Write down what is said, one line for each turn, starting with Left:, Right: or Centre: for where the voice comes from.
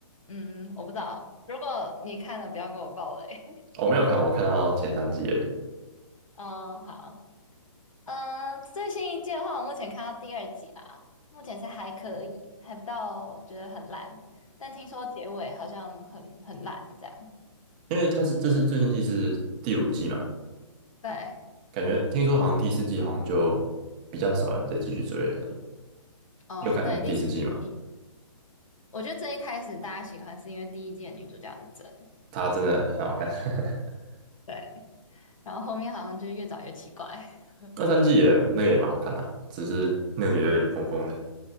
Left: 嗯，我不知道，如果你看了不要跟我爆雷。<laughs>
Right: 我没有看，我看到前三季而已，
Left: 嗯，好。嗯，最新一季的话，我目前看到第二集啦，目前是还可以，还不到觉得很烂，但听说结尾好像很很烂这样。
Right: 因为它是这是最新季是第五季嘛，
Left: 对，
Right: 感觉听说好像第四季好像就比较少人再继续追了。
Left: 哦，
Right: 有看第四季嘛，
Left: 对，第四季，我觉得最一开始大家喜欢是因为第一季的女主角很正，
Right: 它真的很好看，<laughs>
Left: 对，然后后面好像就是越找越奇怪。<laughs>
Right: 二三季也那个也蛮好看的啊只是那个女的有点疯疯的，